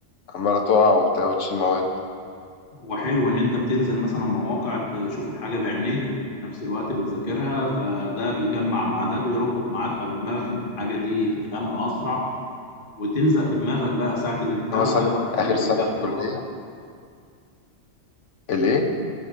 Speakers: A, on the left; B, on the left.
A: عمالة تقع وبتاع وتشيل مواد
B: وحلو ان انت بتنزل مثلا مواقع تشوف الحاجه بعينيك وفي نفس الوقت بتذاكرها فده بيجمع مع ده بيربط معاك على دماغك ان الحاجه دي تفهمها اسرع وتلزق في دماغك بقى ساعة الامتحان
A: أنا مثلا
B: هتعرف تأدي
A: آخر سنة
B: فيها بسرعة
A: في الكلية الايه